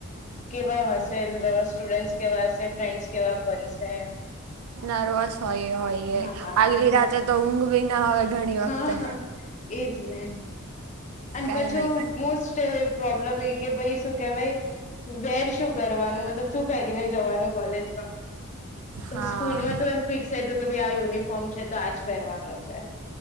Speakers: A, on the left; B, on the right.
A: કેવા હશે સ્ટુડ કેવા હશે ફ્રેન્ડસ કેવા બનશે
B: નર્વસ હોય હોય
A: હા
B: એ
A: હા
B: આગલી
A: હા.
B: રાતે તો ઊંઘ બી ના આવે ઘણી વખતે
A: હા હા એજ ને અને
B: કઈ
A: પછું
B: નહી
A: મોસ્ટ પ્રોબ્લેમ એ કે ભાઈ શું કેવાય વેર શું કરવાનું મતલબ શું પહેરીને જવાનું કોલેજમાં તો
B: હા
A: સ્કૂલમાં તો એમ ફિક્સ હતું કે ભાઈ આ યુનિફોર્મ છે તો આજ પહેરવાનો છે.